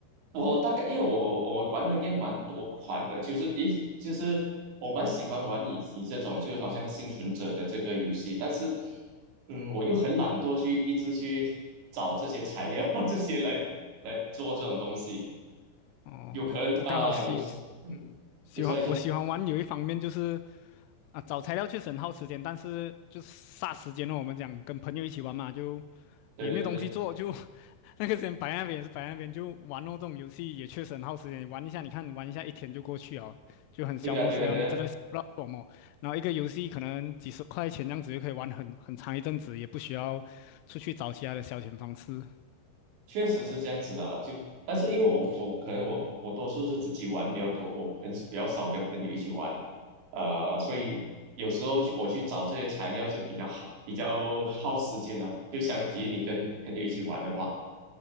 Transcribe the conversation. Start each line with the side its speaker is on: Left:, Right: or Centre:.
Right: 我大概因为我我玩的 g a 蛮多款的，就是诶，就是我蛮喜欢玩你你这种，就是好像幸存者的这个游戏，但是，嗯，我又很懒惰去一直去找这些材料 <laughs> 这些来来做这种东西，
Left: 哦，
Right: 有可能啊、
Left: 我我刚好喜，
Right: 有，嗯你说你说，
Left: 嗯，喜欢我喜欢玩有一方面就是。啊，找材料确实很耗时间，但是就是霎时间哦，我们讲跟朋友一起玩嘛，就
Right: 对对对对
Left: 也没有东西做，就 <laughs> 那个时间摆在那边也是摆在那边，就玩哦。这种游戏也确实很耗时间，玩一下，你看玩一下一天就过去哦，就很消磨时间哦，
Right: 对的对的对的。
Left: 你真的是不知道做什么。然后一个游戏可能几十块钱这样子就可以玩很很长一阵子，也不需要出去找其他的消遣方式。
Right: 确实是这样子的，就但是因为我我可能我我多数是自己玩比较多，我很比较少跟朋友一起玩，呃，所以有时候去我去找这些材料就比较耗比较耗时间的，就相比于你跟朋友一起玩的话，